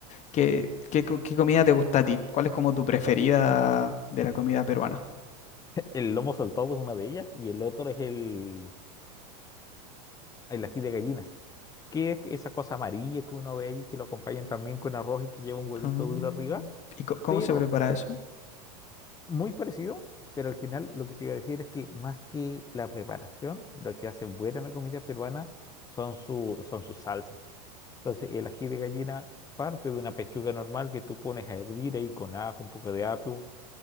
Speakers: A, on the left (about 35°); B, on the left (about 20°).
A: ¿Qué, qué co- qué comida te gusta a ti? ¿Cuál es como tu preferida de la comida peruana?
B: El lomo saltado es una de ellas y el otro es el, el ají de gallinas, que es esa cosa amarilla que uno ve ahí, que lo acompañan también con arroz y que lleva un huevito
A: Mm,
B: duro arriba,
A: ¿y co- cómo
B: pero
A: se prepara eso?
B: muy parecido, pero al final lo que te iba a decir es que más que la preparación, lo que hace buena la comida peruana son, su, son sus salsas. Entonces el ají de gallina parte de una pechuga normal que tú pones a hervir ahí con ajo, un poco de apio.